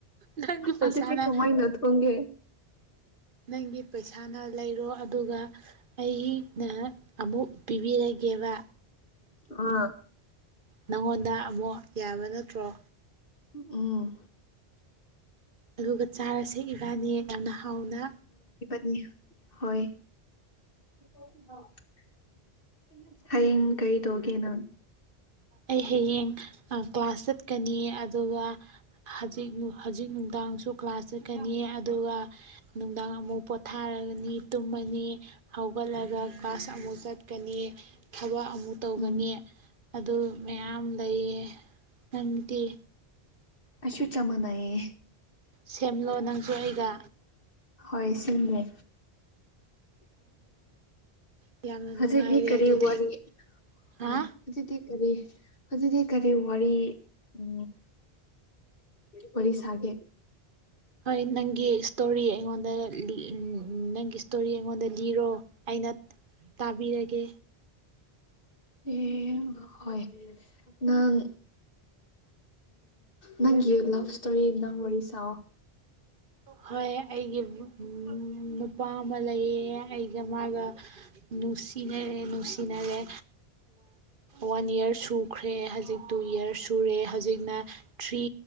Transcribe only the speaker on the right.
ꯅꯪꯒꯤ ꯄꯩꯁꯥꯅ
ꯅꯪꯒꯤ ꯄꯩꯁꯥꯅ ꯂꯩꯔꯣ ꯑꯗꯨꯒ ꯑꯩ ꯅ ꯑꯃꯨꯛ ꯄꯤꯕꯤꯔ ꯀꯦꯕ
ꯅꯪꯉꯣꯟꯗ ꯑꯃꯨꯛ ꯌꯥꯕ ꯅꯠꯇ꯭ꯔꯣ
ꯑꯗꯨꯒ ꯆꯥꯔ ꯁꯦꯦꯛꯏꯕꯥꯅꯤ ꯑꯦꯩꯅ ꯍꯧꯥꯎꯅꯥ
ꯑꯩ ꯍꯌꯦꯡ ꯀ꯭ꯂꯥꯁ ꯆꯠꯀꯅꯤ ꯑꯗꯨꯒ ꯍꯧꯖꯤꯛ ꯍꯧꯖꯤꯛ ꯅꯨꯡꯗꯥꯡꯁꯨ ꯀ꯭ꯂꯥꯁ ꯆꯠꯀꯅꯤꯌꯦ ꯑꯗꯨꯒ ꯅꯨꯡꯗꯥꯡ ꯑꯃꯛ ꯄꯣꯊꯥꯔꯒꯅꯤ ꯇꯨꯝꯃꯅꯤ ꯍꯧꯒꯠꯂꯒ ꯀ꯭ꯂꯥꯁ ꯑꯃꯨꯛ ꯆꯠꯀꯅꯤ ꯊꯕꯛ ꯑꯃꯨꯛ ꯇꯧꯒꯅꯤ
ꯑꯗꯨ ꯃꯌꯥꯝ ꯂꯩꯌꯦ ꯑꯃꯗꯤꯪꯗꯤ
ꯁꯦꯝꯂꯣ ꯅꯪꯁꯨ ꯑꯩꯒ
ꯑꯣ ꯌꯥꯝꯅ
ꯅꯨꯡꯉꯥꯏꯔꯦ
ꯑꯗꯨꯗꯤ
ꯍꯥ
ꯍꯣꯏ ꯅꯪꯒꯤ ꯏꯁꯇꯣꯔꯤ ꯑꯩꯉꯣꯟꯗ ꯎꯝ ꯊꯦꯡꯨ ꯏꯁꯇꯣꯔꯤ ꯑꯩꯉꯣꯟꯗ ꯂꯤꯔꯣ ꯑꯩꯅ ꯇꯥꯕꯤꯔꯒꯦ
ꯍꯣꯏ ꯑꯩꯒꯤꯕꯨ ꯅꯨꯄꯥ ꯑꯃ ꯂꯩꯌꯦ ꯑꯩꯒ ꯃꯥꯒ ꯅꯨꯡꯁꯤꯅꯔꯦ ꯅꯨꯡꯁꯤꯅꯔꯦ ꯋꯥꯟ ꯏꯌꯥꯔꯁꯨ ꯁꯨꯈ꯭ꯔꯦ ꯍꯧꯖꯤꯛ ꯇꯨ ꯌꯔꯁ ꯁꯨꯔꯦ ꯍꯧꯖꯤꯛꯅ ꯊ꯭ꯔꯤ